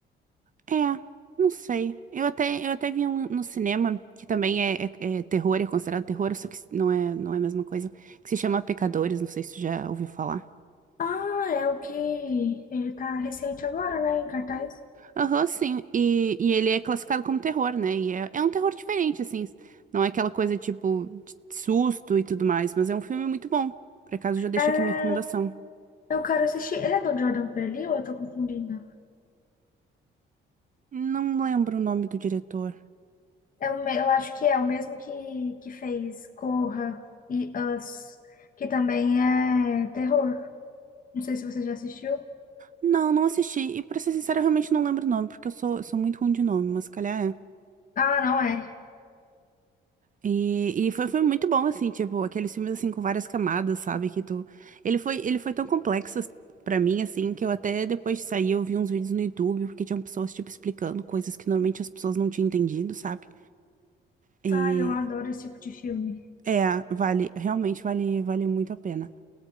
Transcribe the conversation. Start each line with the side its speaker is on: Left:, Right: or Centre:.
Right: é, não sei. Eu até eu até vi um no cinema que também é, é- é terror, é considerado terror, só que não é não é a mesma coisa, que se chama Pecadores, não sei se tu já ouviu falar.
Left: Ah, é o que ele tá recente agora, né, em cartaz.
Right: Aham, sim. E, e ele é classificado como terror, né? E é, é um terror diferente, assim. Não é aquela coisa tipo de susto e tudo mais, mas é um filme muito bom. Por acaso, já deixo
Left: é
Right: aqui minha recomendação.
Left: Eu quero assistir. Ele é do Jordan Peele ou eu tô confundindo?
Right: Não lembro o nome do diretor.
Left: É o me- Eu acho que é o mesmo que, que fez Corra e Us, que também é terror. Não sei se você já assistiu.
Right: Não, não assisti. E pra ser sincera, eu realmente não lembro o nome, porque eu sou, eu sou muito ruim de nome, mas se calhar é.
Left: Ah, não é.
Right: E, e foi, foi muito bom, assim, tipo, aqueles filmes, assim, com várias camadas, sabe, que tu... Ele foi, ele foi tão complexo pra mim, assim, que eu até depois de sair eu vi uns vídeos no YouTube, porque tinham pessoas, tipo, explicando coisas que normalmente as pessoas não tinham entendido, sabe? E,
Left: Ai, eu adoro esse tipo de filme.
Right: é, vale, realmente vale, vale muito a pena.